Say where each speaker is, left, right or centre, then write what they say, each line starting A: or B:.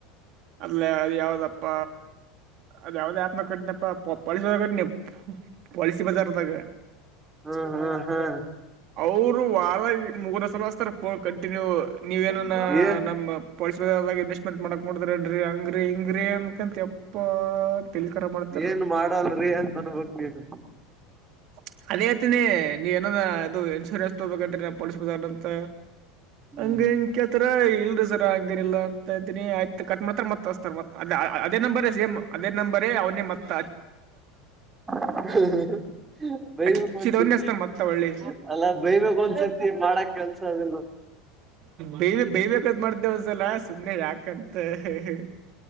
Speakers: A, on the right; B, on the right.
A: ಅಲ್ಲ. ಯಾವದಪ್ಪ ಅದ್ಯಾವ್ದ ಆಪ್ ನಾಗ್ ಕಟ್ನೆಪ <unintelligible> ಕಟ್ನಿ. ಪೋಲಿಸಿ ಬಜಾರ್ದಾಗ.
B: ಹ್ಮ್ ಹ್ಮ್
A: ಅವರು ವದ್ರಗ್ ಮೂರನೇಸಲ ಹಸ್ತಾರಪ್ ಫೋನ್ ಕಂಟಿನ್ಯೂ ನೀವೇನ
B: ಹ್ಮ್ ಏ
A: ನಮ್. ಪೋಲ್ಸಿ ಬಜಾರ್ದಾಗ್ ಇನ್ವೆಸ್ಟ್ಮೆಂಟ್ ಮಾಡಕ್ ನೋಡ್ತಿ ರೇನ್ರಿ ಹಂಗ್ರಿ ಹಿಂಗ್ರಿ ಅನ್ಕಂತ ಯಪ್ಪ. ತಿಲಿಕರ ಮಾಡ್ತಾರ
B: ಏನ್ ಮಾಡಲ್ರಿ ಅಂತನ್ <unintelligible> ನೀನು.
A: <inaudible> ಅದೇ ಇತಿನಿ ನೀವ್ ಏನಫಾ ಇದು ಇನ್ಸೂರೆನ್ಸ್ ತಗೋಬೇಕನ್ರಿ ನಾವ್ ಪೊಲೀಸಿ ಬಜಾರ್ ಅಂತ.
B: ಹ್ಮ್
A: ಹಂಗ ಇಂಗ್ ಕೆತರ ಇಲ್ರಿ ಸರ ಹಂಗೇನಿಲ್ಲಾ ಅಂತ ಅಂತನಿ ಕಟ್ ಮಾಡತರ ಮತ್ ಹಸ್ತರ್. ಅದೇ ನಂಬರೇ ಸೇಮ್ ಅದೇ ನಂಬರೇ ಅವ್ನೆ ಮತ್.
B: <inaudible> ಬೈ
A: ಹಚ್ಚಿದವನೇ
B: ಬೇಕು ಒಂದ್ಸತಿ
A: ಹಚ್ತಾನ ಮತ್ತ ಒಳ್ಳಿ
B: ಅಲ್ಲ ಬೈಬೇಕಕ್ ಒಂದ್ಸತಿ ಮಾಡಕ್ ಕೆಲ್ಸ ಅದಿಲ್ಲ.
A: ಬೈಬೇಕ್ ಬೈಬೇಕ್. ತಗದ್ ಮಾಡ್ದೆ ಒಂದ್ಸಲ ಸುಮ್ನೆ ಯಾಕಂತ ಹೇಳಿ